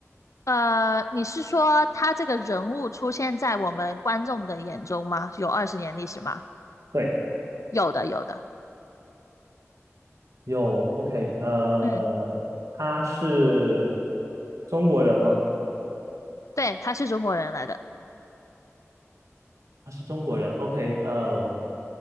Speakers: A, on the left; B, on the right.
A: 呃，你是说他这个人物出现在我们观众的眼中吗？有二十年历史吗？
B: 对。
A: 有的，有的，
B: 有，OK，呃，
A: 嗯，
B: 他是中国人吗？
A: 对，他是中国人来的，
B: 他是中国人，OK，呃，